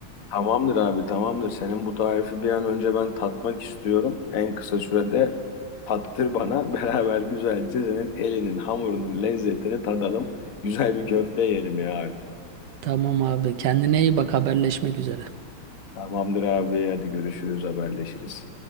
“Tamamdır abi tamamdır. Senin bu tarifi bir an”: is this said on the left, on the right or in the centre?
Left